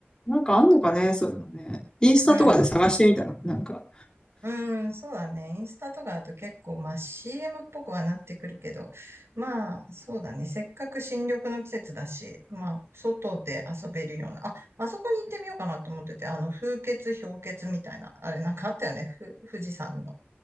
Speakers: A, on the left; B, on the right.
A: なんかあんのかね、そういうのね。インスタとかで探してみたら、
B: うん。
A: なんか、
B: うん、そうだね。インスタとかだと結構、まあ CM っぽくはなってくるけど、まあそうだね。せっかく新緑の季節だし、まあ外で遊べるような、あ、あそこに行ってみようかなと思ってて、あの風穴、氷穴みたいな、あれなんかあったよね。ふ、富士山の。